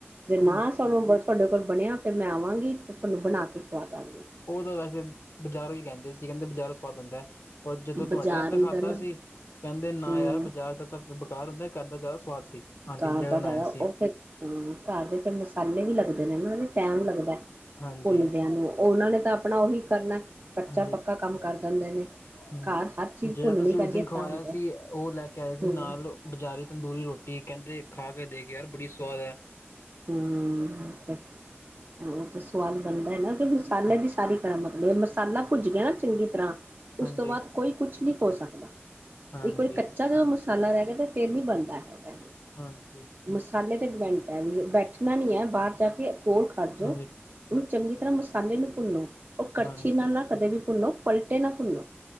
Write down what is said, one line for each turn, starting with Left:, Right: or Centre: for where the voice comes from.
Right: ਜੇ ਨਾ
Left: ਹਾਂਜੀ
Right: ਸਾਨੂੰ ਤੁਹਾਡੇ ਕੋਲ ਬਣਿਆ ਫਿਰ ਮੈਂ ਆਵਾਂਗੀ ਅਤੇ ਤੁਹਾਨੂੰ ਬਣਾ ਕੇ ਖਵਾ ਦਵਾਂਗੀ।
Left: ਓ ਤਾਂ ਵੈਸੇ ਬਜ਼ਾਰੋਂ ਈ ਲੈਂਦੇ ਸੀ ਕੈਂਦੇ ਬਜ਼ਾਰੋਂ ਸਵਾਦ ਹੁੰਦੈ। ਪਰ ਜਦੋਂ ਤੁਹਾਡੇ
Right: ਬਾਜ਼ਾਰ
Left: ਹੱਥ ਦਾ
Right: ਹੀ
Left: ਖਾਦਾ
Right: ਨਾ
Left: ਸੀ ਕੈਂਦੇ ਨਾ
Right: ਹਮ
Left: ਯਾਰ ਬਾਜ਼ਾਰ ਦਾ ਤਾਂ ਬੇਕਾਰ ਹੁੰਦਾ ਘਰ ਦਾ ਜਾਦਾ ਸਵਾਦ ਸੀ ਆਂਟੀ
Right: ਘਰ
Left: ਨੇ ਜੇੜਾ
Right: ਦਾ
Left: ਬਣਾਇਆ
Right: ਜ਼ਿਆਦਾ
Left: ਸੀ।
Right: ਉਹ ਫਿਰ ਹਾਂ ਘਰ ਦੇ ਫੇਰ ਮਸਾਲੇ ਵੀ ਲੱਗਦੇ ਨੇ ਟੈਮ ਲੱਗਦੈ।
Left: ਹਾਂਜੀ,
Right: ਭੁੰਨਦਿਆਂ ਨੂੰ ਓਨਾਂ ਨੇ ਤਾਂ ਆਪਣਾ ਓਹੀ ਕਰਨੈ ਕੱਚਾ
Left: ਹਾਂਜੀ
Right: ਪੱਕਾ ਕੰਮ ਕਰ ਦੰਦੇ ਨੇ।
Left: ਹੂੰ
Right: ਘਰ ਹਰ ਚੀਜ਼
Left: ਜੇੜਾ
Right: ਭੁੰਨਣੀ
Left: ਤੁਸੀਂ
Right: ਪੈਂਦੀ
Left: ਉਸ ਦਿਨ
Right: ਹੈ
Left: ਖਵਾਇਆ
Right: ਤਾਂ ਹੁੰਦੇ ਆ।
Left: ਸੀ ਓ ਲੈ ਕੇ ਆਏ ਸੀ
Right: ਹਮ
Left: ਨਾਲ ਬਜ਼ਾਰੀ ਤੰਦੂਰੀ ਰੋਟੀ ਕੇਂਦੇ ਖਾ ਕੇ ਦੇ ਕੇ ਯਾਰ ਬੜੀ ਸਵਾਦ ਐ।
Right: ਹੂੰ ਫ ਉ ਤੇ ਸਵਾਦ ਬਣਦਾ ਐ ਨਾ ਮਸਾਲੇ
Left: ਹਾਂਜੀ,
Right: ਦੀ ਸਾਰੀ ਮਤਲਬ ਮਸਾਲਾ ਭੁੱਜ ਗਿਆ ਨਾ ਚੰਗੀ ਤਰ੍ਹਾਂ ਉਸ
Left: ਹਾਂਜੀ,
Right: ਤੋਂ ਬਾਦ ਕੋਈ ਕੁੱਛ ਨੀ ਹੋ ਸਕਦਾ।
Left: ਹਾਂਜੀ,
Right: ਇੱਕ ਵਾਰੀ ਕੱਚਾ ਜਦੋਂ ਮਸਾਲਾ ਰੈ ਗਿਆ ਤੇ ਫੇਰ ਨੀ ਬਣਦਾ ਹੈਗਾ।
Left: ਹਾਂਜੀ।
Right: ਮਸਾਲੇ ਤੇ ਡਿਪੈਂਟ ਐ ਵੀ ਬੈਠਣਾ ਨੀ ਐ ਬਾਰ ਜਾ ਕੇ ਕੋਲ ਖੜ ਜੋ।
Left: ਹਾਂਜੀ,
Right: ਉਨੂੰ ਚੰਗੀ ਤਰ੍ਹਾਂ ਮਸਾਲੇ ਨੂੰ ਭੁੰਨੋ ਓ ਕੜਛੀ
Left: ਹਾਂਜੀ
Right: ਨਾਲ ਨਾ ਕਦੇ ਵੀ ਭੁੰਨੋ ਪਲਟੇ ਨਾ ਭੁੰਨੋ।